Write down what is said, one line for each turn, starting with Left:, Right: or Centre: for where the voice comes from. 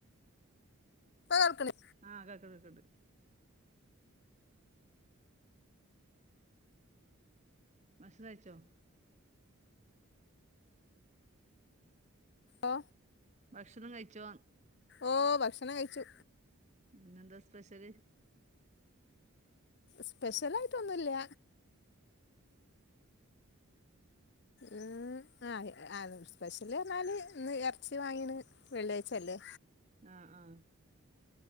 Left: ഇപ്പ കേൾക്ക്ണി
Right: ആഹ് കേക്ക കേക്ക്ണ്ട്. ഭക്ഷണം കഴിച്ചോ
Left: ഓ
Right: ഭക്ഷണം കഴിച്ചോന്ന്?
Left: ഓഹ് ഭക്ഷണം കഴിച്ചു.
Right: ഇന്നെന്താ സ്പെഷ്യല്?
Left: സ്പെഷ്യലായിട്ടൊന്നുല്ല. ഉം ആഹ് അതെ സ്പെഷ്യല് പറഞ്ഞാല് ഇന്ന് എറച്ചി വാങ്ങീണ് വെള്ളിയാഴ്ച്ച അല്ലെ
Right: ആഹ് ആഹ്